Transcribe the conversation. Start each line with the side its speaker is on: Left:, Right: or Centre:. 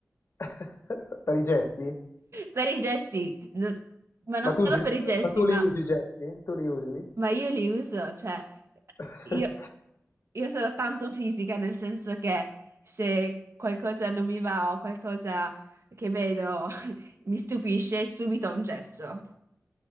Left: <laughs> Per i gesti?
Right: per i gesti, no- ma non
Left: Ma tu,
Right: solo
Left: ge-
Right: per i gesti,
Left: ma tu
Right: ma,
Left: li usi i gesti? Tu li usi?
Right: ma io li uso, cioè,
Left: <laughs>
Right: io, io sono tanto fisica, nel senso che se qualcosa non mi va o qualcosa che vedo <laughs> mi stupisce, subito ho un gesto.